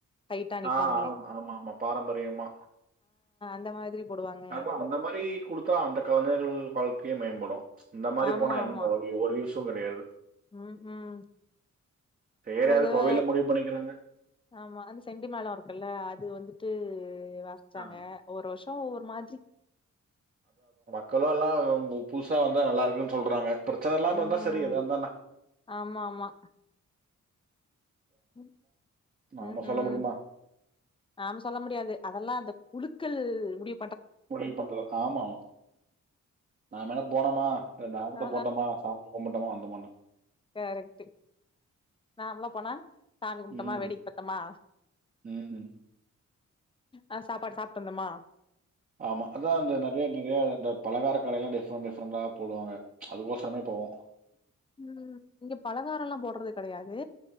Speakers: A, on the left (about 15°); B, on the right (about 30°).
A: ஹைட்டா நிப்பாங்களே
B: ஆ ஆமாமா பாரம்பரியமா
A: ந்த மாதிரி போடுவாங்க
B: அப்பொ அந்த மாரி குடுத் தா அந்த கலைஞர்கள் வாழ்க்கையு மேம்படு இந்த மாரி
A: ஆமா
B: போனா என்
A: ஆமா
B: ஒரு ஒரு யூ ஸுங் கடயாது
A: ம் ம்
B: சரி
A: ஒரு‌
B: அது
A: தடவ
B: கோவையில முடிவு பண்ணிக்கிறாங்க
A: ஆமா அந்த செண்டி மேளொ இருக்குல்ல அது வந்து ட்டு வாசிச்சாங்க
B: ஆ, ஆ.
A: ஒரு வருஷோ ஒவ்வொரு மாதிரி
B: க்கலா இல்னா புதுசா வந்தா நல்லாருக்குன் சொல்றாங்க பிரச்சன இல்லாம
A: ம்
B: இருந்தா செரி எதா இருந்தா என்ன
A: ஆமா ஆமா ம்
B: நாம சொல்ல
A: ம்
B: முடியுமா
A: நாம சொல்ல முடியாது அதெல்லா அந்த உழுக்கல் முடிய
B: முடிவு பண்ற ஆமாமா நாமென போனோமா ரெண்டு ஆட்டத்த
A: ஆ
B: போட்டோமா சாமி கும்புட்டமா வந்தமான்
A: கரெக்ட்டு நாமளா‌ போனா சாமி கும்ட்டமா
B: ம்
A: வேடிக் பாத்தமா
B: ம்.
A: அ சாப்பாடு சாப்டு வந்தமா
B: ஆமா அதா அந்த நறைய நறையா அந்த பலகார கடைலா டிஃப்ரெண்ட் டிஃப்ரெண்டா போடுவாங்க அதுக்கொசரமே போவோ
A: ம் இங்க பலகாரல்லா போட் றது கடையாது